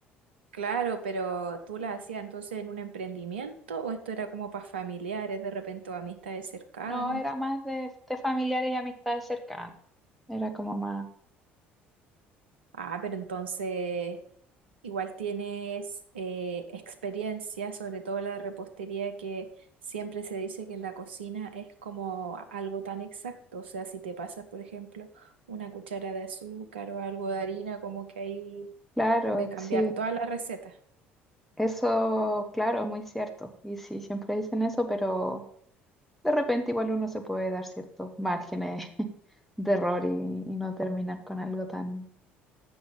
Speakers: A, on the right (about 75°); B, in the centre.
A: claro, pero tú las hacías entonces en un emprendimiento o esto era como para familiares, de repente o amistades cercanas.
B: No, era más de, de familiares y amistades cercanas. Era como más,
A: Ah, pero entonces igual tienes eh, experiencia, sobre todo la repostería, que siempre se dice que en la cocina es como algo tan exacto. O sea, si te pasas, por ejemplo, una cuchara de azúcar o algo de harina, como que ahí
B: claro,
A: puede cambiar
B: sí,
A: toda la receta.
B: eso, claro, es muy cierto. Y sí, siempre dicen eso, pero De repente igual uno se puede dar ciertos márgenes <laughs> de error y, y no terminar con algo tan,